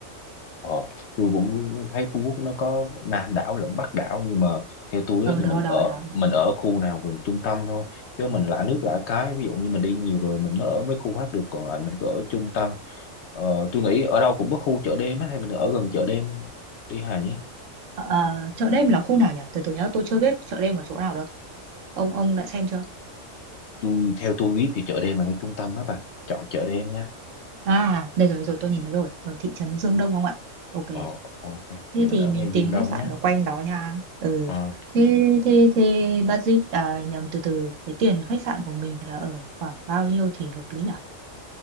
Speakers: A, on the left; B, on the right.
A: Ờ, tôi cũng thấy Phú Quốc nó có Nam đảo lẫn Bắc đảo nhưng mà theo tôi
B: ở
A: á, thì
B: đó
A: mình
B: đó
A: ở
B: đó đó
A: mình ở khu nào gần trung tâm thôi chứ mình lạ nước lạ cái ví dụ như mình đi nhiều rồi mình mới ở mấy khu khác được còn lại mình cứ ở trung tâm ờ, tôi nghĩ ở đâu cũng có khu chợ đêm á hay mình ở gần chợ đêm đi Hà nhé
B: Ờ, ờ, chợ đêm là khu nào nhỉ từ từ nhá tôi chưa biết chợ đêm ở chỗ nào đâu ông ông đã xem chưa
A: tôi theo tôi biết thì chợ đêm là ngay trung tâm á bà chọn chợ đêm nha
B: à đây rồi rồi tôi nhìn thấy rồi ở thị trấn Dương Đông không ạ ok
A: ờ ok vậy
B: Thế
A: mình
B: thì
A: ở
B: mình
A: ngay
B: tìm
A: Dương Đông
B: khách sạn
A: nhé
B: ở quanh đó nha. Ừ.
A: ờ
B: Thế thế thế budget à, nhầm từ từ cái tiền khách sạn của mình là ở khoảng bao nhiêu thì hợp lý nhỉ?